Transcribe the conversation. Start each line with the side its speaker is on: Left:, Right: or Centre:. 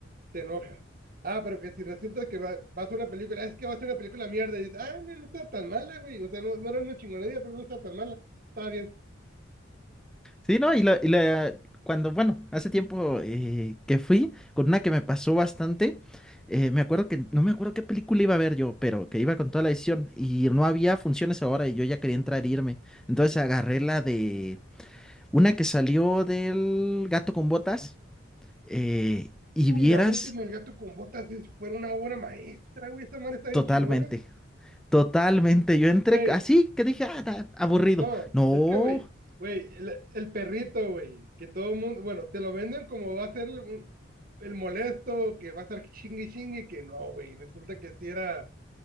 Right: te enojas. Ah, pero que si resulta que va, va a ser una película, es que va a ser una película mierda, y dices, ah, no, no está tan mala, güey, o sea, no, no era una chingonería, pero no está tan mala, está bien.
Centre: Sí, ¿no? Y la, y la- cuando, bueno, hace tiempo eh, que fui con una que me pasó bastante, eh, me acuerdo que, no me acuerdo qué película iba a ver yo, pero que iba con toda la edición y no había funciones ahora y yo ya quería entrar e irme. Entonces agarré la de una que salió del Gato con Botas eh, y
Right: Uy,
Centre: vieras
Right: la última, El gato con botas, es, fue una obra maestra, güey. Esa madre está bien
Centre: totalmente,
Right: chingona.
Centre: totalmente. Yo entré
Right: Güey,
Centre: así que dije, ah, da- aburrido.
Right: no,
Centre: No.
Right: es que, güey, güey, el, el perrito, güey, que todo mundo, bueno, te lo venden como va a ser el, un- el, molesto, que va a estar chingue y chingue, que no, güey. Resulta que si era,